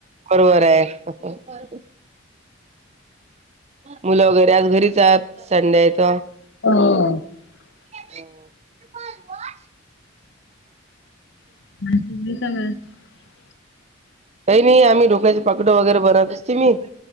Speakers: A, on the right; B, on the left.
A: बरोबर आहे हं हं. मुलं वगैरे आज घरीच आहात संड्यायच.
B: ह
A: हो.
B: ह त काग <unintelligible>
A: काही नाही आम्ही ढोक्याची पाकड वगैरे बनवत मी.